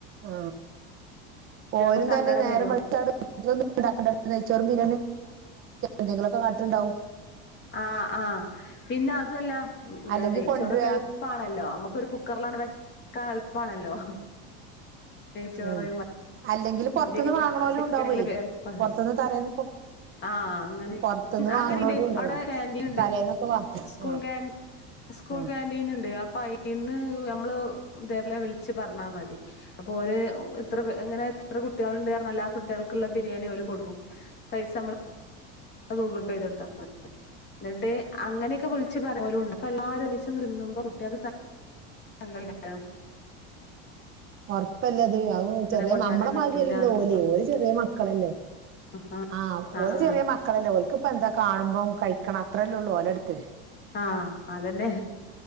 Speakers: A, on the right (about 40°); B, on the left (about 35°).
A: ഉ
B: കുട്ടികൾക്കും
A: പോരും
B: സങ്കടം
A: തന്നെ നേര
B: വരും
A: മസന്നും ഉണ്ടാക്കണ്ട നച്ചോറുംണ എന്തെങ്കിലൊക്കെ കാട്ടുണ്ടാവും
B: ആഹ ആഹ പിന്നെ അതല്ല
A: അല്ലെങ്കിൽ
B: നെയ്
A: കൊണ്ടുവരിക
B: ചോറക്ക എളുപ്പാണല്ലോ നമ്മുക്കൊ ഒരു കുക്കറിലാണ് കളപ്പാണല്ലോ നെയച്ചോറ്
A: ഉം അല്ലെങ്കിൽ
B: സന്ത്ക്ക
A: പുറത്തുനിന്ന് വാങ്ങണോലും
B: അവസിക്കാണെങ്കിലില്
A: ഉണ്ടാവേ
B: വളപ്പണല്ലോ
A: പുറത്തുനിന്ന് തലേന്നൊക്കെ
B: ആഹ അങ്ങനെ
A: പുറത്തുനിന്ന്
B: അങ്ങനെണ്ട്
A: വാങ്ങണോരും ഉണ്ടാവും
B: അവിടെ ൻറീൻ ഉണ്ട്
A: തലേന്നൊക്കെ വാ
B: സ്കൂൾൻ
A: ആ
B: സ്കൂൾ
A: ആ
B: കാക്ാന്റീൻ ഉണ്ട് അപ്പൊ ഇന്ന് നമ്മള് ദേവല വിളിച്ചച്ച് പറഞ്ഞാൽ മതി അപ്പോ ഒരു ഇത്ര എങ്ങനെ അത്ര കുട്ടികളുണ്ട് കാരണംല്ല ആ കുട്ടികൾക്കുള്ള ബിരിയാണി പോല കൊടുക്കും പൈസ നമ്മള് ഗൂഗിൾ പേ ചെയ്ത കൊടുത്താ എന്നിട്ട് അങ്ങനെയൊക്കെ വിളിച്ച് പറഞ്ഞ പോലും ഉണ്ട് അപ്പ എല്ലരമിച്ച് നിന്നുമ്പോ കുട്ടികൾക്ക് സങ്കടിക്കോ
A: ഉറപ്പല്ലത് അത് ചെറിയ
B: കൊണ്ടുവരാൻ
A: നമ്മള
B: പറ്റൂല
A: മാകല്ലല്ലോ
B: എന്നൊക്കെ
A: ഓലെ
B: പറഞ്ഞു
A: ഓല ചെറിയ മക്കളല്ലേ
B: ആ
A: ആഹ
B: ആ
A: ഓല്
B: ആ
A: ചെറിയ മക്കളല്ലേ ഓലക്ക് ഇപ്പ എന്താ കാണുമ്പം കഴിക്കണം അത്രല്ലേ ഉള്ളു ഓലടുത്ത്
B: ആഹ അതന്നെ